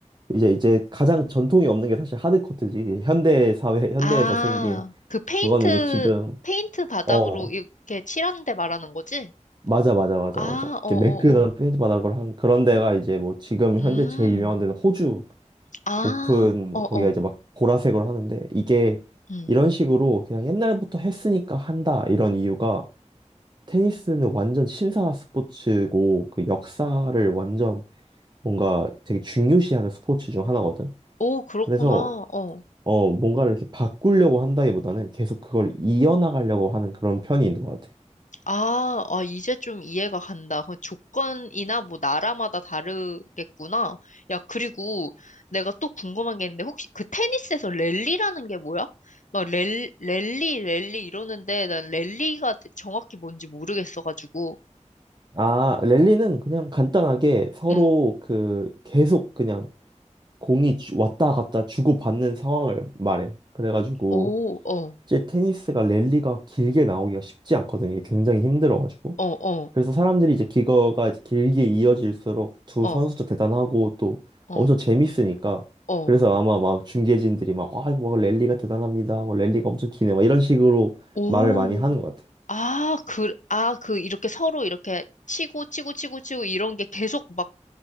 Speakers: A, on the right; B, on the left.
A: 이제, 이제 가장 전통이 없는 게 사실 하드코트지. 이제 현대 사회, <laughs> 현대에서
B: 아,
A: 생긴,
B: 그 페인트,
A: 그거는 이제 지금,
B: 페인트 바닥으로
A: 어,
B: 이렇게 칠하는 데 말하는 거지?
A: 맞아, 맞아, 맞아,
B: 아,
A: 맞아.
B: 어, 어,
A: 이렇게 매끈한
B: 어.
A: 페인트 바닥으로 한 그런 데가 이제 뭐, 지금
B: 음,
A: 현재 제일 유명한 데는 호주
B: 아,
A: 오픈,
B: 어어,
A: 거기가 이제 막, 보라색으로 하는데, 이게,
B: 음.
A: 이런 식으로 그냥 옛날부터 했으니까 한다, 이런 이유가, 테니스는 완전 신사 스포츠고 그 역사를 완전 뭔가 되게 중요시하는 스포츠 중 하나거든.
B: 오, 그렇구나,
A: 그래서
B: 어.
A: 어 뭔가를 이렇게 바꾸려고 한다기보다는 계속 그걸 이어나가려고 하는 그런 편이 있는 것 같아.
B: 아, 아, 이제 좀 이해가 간다. 그 조건이나 뭐 나라마다 다르겠구나. 야, 그리고 내가 또 궁금한 게 있는데, 혹시 그 테니스에서 랠리라는 게 뭐야? 막 랠, 랠리, 랠리 이러는데 난 랠리가 정확히 뭔지 모르겠어가지고.
A: 아, 랠리는 그냥 간단하게 서로
B: 음.
A: 그 계속 그냥 공이 주- 왔다 갔다 주고받는 상황을 말해. 그래가지고
B: 오, 어,
A: 이제 테니스가 랠리가 길게 나오기가 쉽지 않거든. 이게 굉장히 힘들어가지고.
B: 어, 어,
A: 그래서 사람들이 이제 기거가 이제 길게 이어질수록 두
B: 어,
A: 선수도 대단하고 또
B: 어,
A: 엄청 재밌으니까
B: 어.
A: 그래서 아마 막 중계진들이 막 와, 뭐 랠리가 대단합니다. 뭐 랠리가 엄청 기네. 막 이런 식으로
B: 오,
A: 말을 많이 하는 것 같아.
B: 아, 그, 아, 그, 이렇게 서로 이렇게 치고, 치고, 치고, 치고, 이런 게 계속 막